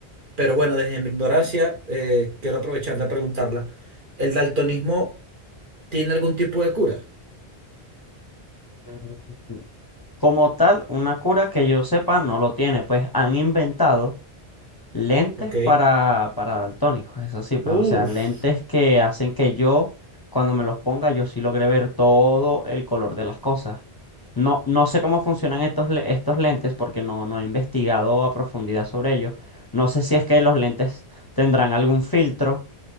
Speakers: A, on the right; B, on the left.
A: pero bueno, desde mi ignorancia, eh, quiero aprovechar de preguntarla. ¿El daltonismo tiene algún tipo de cura?
B: Mm. Como tal, una cura que yo sepa no lo tiene, pues han inventado. Lentes
A: Ok.
B: para, para daltónicos, eso sí, pues,
A: Uf,
B: o sea, lentes que hacen que yo, cuando me los ponga, yo sí logre ver todo el color de las cosas. No, no sé cómo funcionan estos, le- estos lentes porque no, no he investigado a profundidad sobre ellos. No sé si es que los lentes tendrán algún filtro